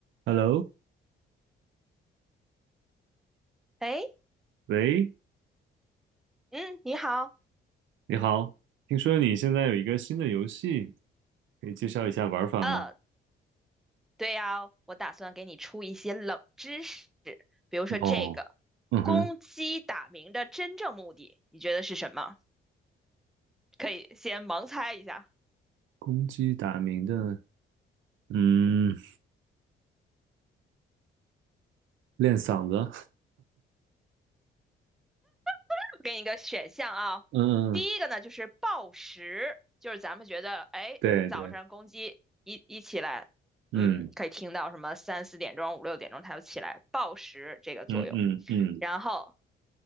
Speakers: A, on the right; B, in the centre.
A: Hello，
B: 哎，
A: 喂，
B: 嗯，你好，
A: 你好，听说你现在有一个新的游戏，可以介绍一下玩法吗？
B: 呃，对呀，我打算给你出一些冷知识，比如说这个，
A: 哦，嗯哼，
B: 公鸡打鸣的真正目的，你觉得是什么？可以先盲猜一下，
A: 公鸡打鸣的，嗯，练嗓子，
B: <laughs> 我给你一个选项啊。
A: 嗯，
B: 第一个呢，
A: 嗯，
B: 就是报时，就是咱们觉得，哎，
A: 对对，
B: 早上公鸡一一起来，
A: 嗯
B: 嗯，可以听到什么三四点钟、五六点钟它就起来报时这个作用。
A: 嗯嗯嗯
B: 然后